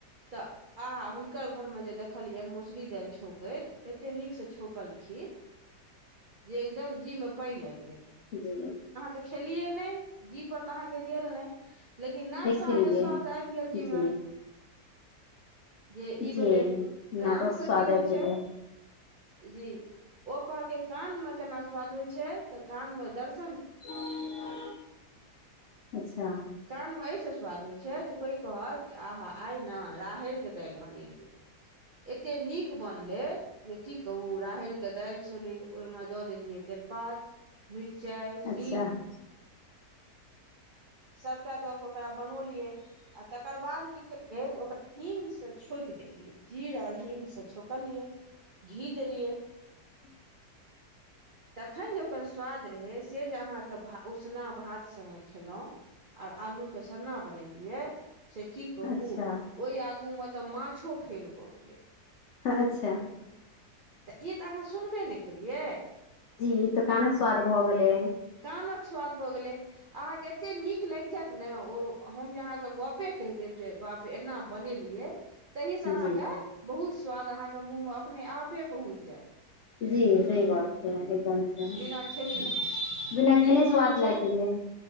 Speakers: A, on the right (about 75°); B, on the left (about 75°).
A: तऽ आ हुनकर घरमें जे देखलियैनि मौसुरी दालि छौंकैत एते नीक से छौंकलखिन जे एकदम जी मे पानि आबि गेल
B: जी
A: अहाँ तऽ खेलियै नहि जीप पर तऽ अहाँके गेल नहि लेकिन नाक स
B: खेलियै
A: अहाँ के स्वाद आबि गेल जीमे
B: जी
A: जे ई
B: जी
A: भेलै
B: नाकक
A: काम से
B: स्वाद
A: की होइ
B: आबि
A: छै
B: गेलै
A: जी ओ कहलकै कान मे केना स्वाद होइ छै तऽ कान मे दर्श
B: <unintelligible> अच्छा <unintelligible>
A: कानमे एहिसँ स्वाद होइ छै जे कोइ कहत आहा आइ ने राहैड़के दालि बनेलियै एते नीक बनलै जे की कहू राहैड़ के दालि छलै ओहिमे दऽ देलियै तेरपात मिरचाइ हिंग
B: अच्छा
A: सभटा दऽ कऽ ओकरा बनौलियै आ तकर बाद की के तै ओकरा हींग से छोक देलियै जीर ओर हिंग से छौंकलियै घी देलियै
B: <inaudible>
A: तखन जे ओकर स्वाद रहै से जे अहाँके उसना भात संगे खेलहुँ आर आलू के सन्ना बनेलियै से की कहू
B: अच्छा
A: ओहि आगू मे तऽ माछो फेल कऽ गेलै
B: अच्छा
A: तऽ ई तऽ अहाँ सुनबे नहि केलियै
B: जी इ तऽ कानक स्वाद भए गेले
A: कामक स्वाद भऽ गेलै अहाँ केँ एतेक नीक लागि जायत ने ओ हम जे अहाँ के गपे कहि देब जे बाप एना बनेलियै तहि से अहाँके
B: जी
A: बहुत स्वाद अहाँके मुँह मे अपने आपे पहुँच जायत
B: जी सही बात छै एकदम से
A: बिना खेनैहे
B: बिना
A: ताहि
B: केेने
A: दुआरे
B: स्वाद
A: छै
B: लागि
A: जे
B: गेलै